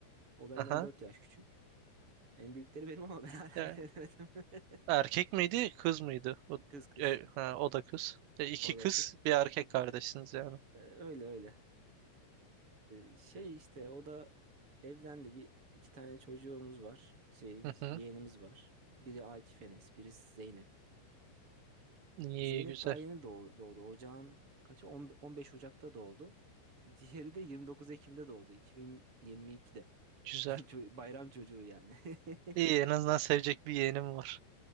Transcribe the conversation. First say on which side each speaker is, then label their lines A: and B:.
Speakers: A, on the right; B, on the right.
A: O benden
B: Aha.
A: 4 yaş küçük. En büyükleri benim ama ben hala
B: Ya,
A: <laughs> evlenemedim.
B: erkek miydi kız mıydı? O,
A: <laughs> Kız kız.
B: e, ha, o da kız. E, iki
A: O
B: kız
A: da kı-
B: bir erkek kardeşsiniz yani.
A: e, öyle öyle. Ee, şey işte o da evlendi. Bir iki tane çocuğumuz var. Şeyimiz,
B: Hı hı.
A: yeğenimiz var. Biri Akif Enes, birisi Zeynep.
B: İyi
A: Zeynep
B: iyi, güzel
A: daha yeni doğ- doğdu. Ocağın kaçı? 10 15 Ocak'ta doğdu. Diğeri de 29 Ekim'de doğdu. 2022'de. <laughs>
B: güzel.
A: Ço- Bayram çocuğu yani. <laughs>
B: İyi en azından sevecek bir yeğenim var.